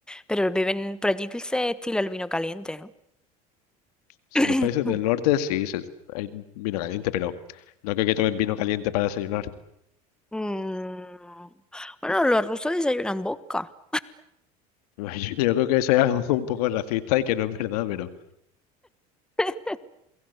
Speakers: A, in the centre; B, on the left (about 75°).
A: Pero viven por allí se estila el vino caliente, ¿no? <coughs>
B: Si
A: <clears throat>
B: Los países del norte sí, se- hay vino caliente, pero no creo que tomen vino caliente para desayunar.
A: Mm, Bueno, los rusos desayunan boca.
B: <laughs> Yo, yo creo que eso es algo un poco racista y que no es verdad, pero...
A: <laughs>